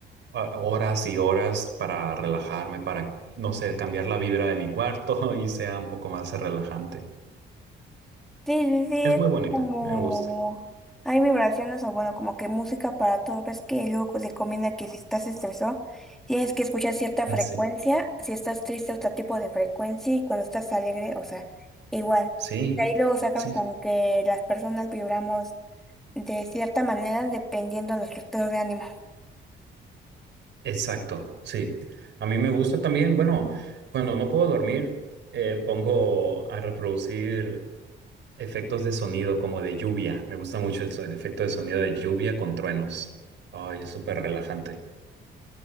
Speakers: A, on the right; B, in the centre.
A: ah, horas y horas para relajarme, para, no sé, cambiar la vibra de mi cuarto <laughs> y sea un poco más relajante.
B: Sí, sí, sí,
A: Es
B: es
A: muy bonita,
B: como
A: me gusta.
B: hay vibraciones o bueno, como que música para todo. Ves que luego co- recomienda que si estás estresado, tienes que escuchar cierta frecuencia,
A: Sí,
B: si estás triste, otro tipo de frecuencia y cuando estás alegre, o sea, igual.
A: sí,
B: De ahí luego sacan
A: sí,
B: con que las personas vibramos de cierta manera dependiendo de nuestro estado de ánimo.
A: exacto, sí. A mí me gusta también, bueno, cuando no puedo dormir, eh, pongo a reproducir efectos de sonido como de lluvia. Me gusta mucho el, so- el efecto de sonido de lluvia con truenos. Ay, es súper relajante.